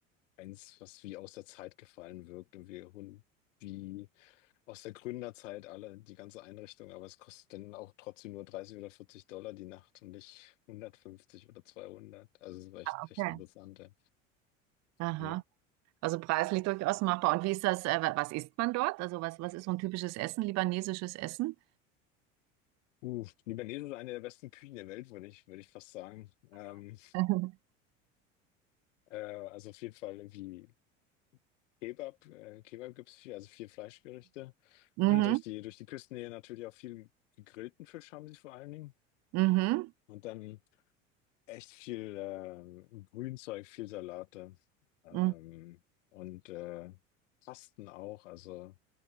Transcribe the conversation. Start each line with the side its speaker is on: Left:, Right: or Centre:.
Left: eins, was wie aus der Zeit gefallen wirkt und wie, hun- wie aus der Gründerzeit alle, die ganze Einrichtung, aber es kostet dann auch trotzdem nur 30 oder 40 Dollar die Nacht und nicht 150 oder 200. Also es war echt,
Right: Okay.
Left: echt interessant. Ja.
Right: Aha.
Left: Ja.
Right: Also preislich durchaus machbar. Und wie ist das, äh, wa- was isst man dort? Also was, was ist so ein typisches Essen, libanesisches Essen?
Left: Uh, Libanesen ist eine der besten Küchen der Welt, würde ich, würde ich fast sagen. Ähm,
Right: <laughs>
Left: äh, also auf jeden Fall irgendwie Kebab, äh, Kebab gibt es viel, also viel Fleischgerichte.
Right: Mhm.
Left: <clears throat> Durch
Right: Mhm.
Left: die, durch die Küstennähe natürlich auch viel gegrillten Fisch haben sie vor allen Dingen.
Right: Mhm.
Left: Und dann echt viel ähm, Grünzeug, viel Salate ähm,
Right: Mhm.
Left: und äh, Pasten auch. Also